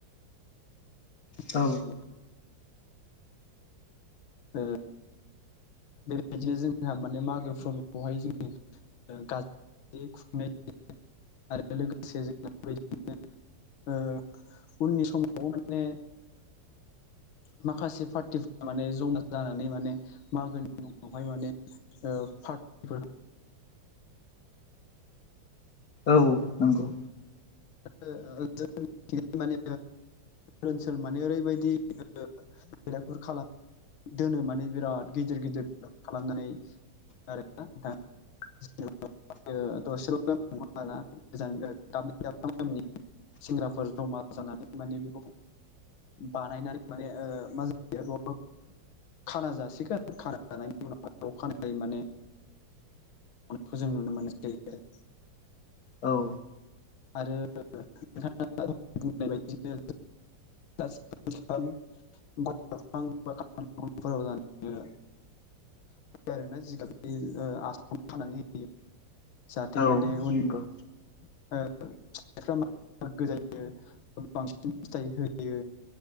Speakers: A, on the left; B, on the left.
A: मोननाय
B: औ
A: जायो ओ बेबायदिनो जोंहा माने मागो फोरबोखौहाय जोंङो गाज्रि खुंनाय आरो लोगोसे जों बेबायदिनो ओ उननि समावबो माने माखासे पार्टिफ्रा माने जमा जानानै माने मागोनि मुङावहाय माने पार्टि
B: औ नंगौ
A: जों मि माने ओनसोल माने ओरै बेबायदिलागुर खालाम दोनो माने बिराद गिदिर गिदिर खालामनानै आरोना नोंथां जेनेबा दसेल गोजान गोजान दाबलिं दाबलिं <unintelligible> सेंग्राफोर जमा जानानै माने बेखौ बानायनानै माने मा जायो खाना जासिगोन खाना जानायनि उनाव खानायै माने नायखौ जों नुनो मोननाय जायो आरो।
B: औ
A: आरो नोंथाङा बुंनाय बायदिनो <unintelligible> आरोना जिगाब आसाम खानानै होयो जाहाथे
B: औ
A: माने उन
B: नंगौ
A: फिथफ मो जायो बांसिन फिथाइ होयो